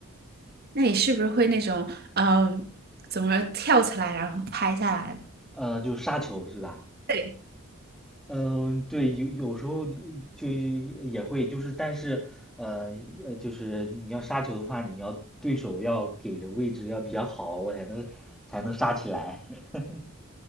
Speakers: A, on the right; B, in the centre.
A: 那你是不是会那种，嗯，怎么说跳起来然后拍下来？
B: 呃，就是杀球是吧？
A: 对，
B: 嗯，对，有有时候就也会，就是但是，呃呃，就是你要杀球的话，你要对手要给的位置要比较好，我才能才能杀起来。<laughs>